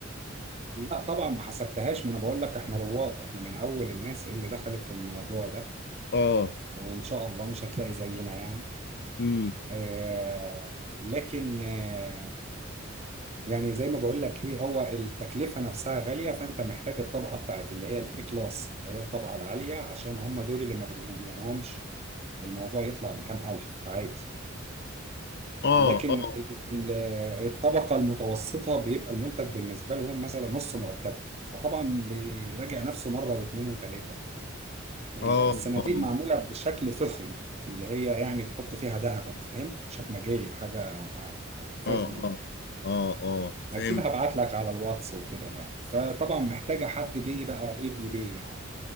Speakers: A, on the right (about 35°); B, on the left (about 55°).
A: لا طبعا ما حسبتهاش ما انا بقول لك احنا رواد احنا من اول الناس اللي دخلت في الموضوع ده
B: اه
A: وان شاء الله مش هتلاقي زينا يعني
B: امم
A: آه، لكن آه، يعني زي ما بقول لك هي هو التكلفه نفسها غاليه فانت محتاج الطبقه بتاعت اللي هي الاي كلاس اللي هي الطبقه العاليه عشان هم دول اللي ما بيهمهمش الموضوع يطلع بكام الف عادي
B: اه
A: لكن
B: اه
A: ال- آه، الطبقه المتوسطه بيبقى المنتج بالنسبه لهم مثلا نص مرتبه فطبعا بيراجع نفسه مره واثنين وثلاثه الصناديق
B: اه اه
A: معموله بشكل فخم اللي هي يعني تحط فيها ذهبك فاهم شكمجيه حاجه فخمه
B: اه اه اه اه فهمت
A: اكيد هبعت لك على الواتس وكده يعني فطبعا محتاجه حد بيه بقى ابن بيه يعني